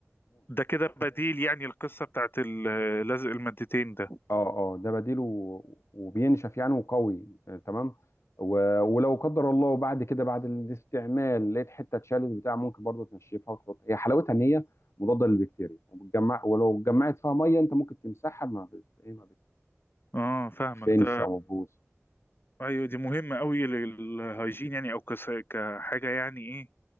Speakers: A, on the left; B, on the left.
A: ده كده بديل يعني القصة بتاعت ال- لزق المادتين ده
B: اه اه ده بديله و- وبينشف يعني وقوي آه، تمام و- ولو قدر الله بعد كده بعد الاستعمال لقيت حته اتشالت بتاع ممكن برضه تنشفها وتحط هي حلاوتها ان هي مضاده للبكتيريا وبتجمع ولو اتجمعت فيها ميه انت ممكن تمسحها ما بت... ايه ما
A: اه فاهمك
B: بتفنش
A: ده
B: او بتبوظ
A: ايوه دي مهمة قوي للهايجين يعني او كس- كحاجة يعني ايه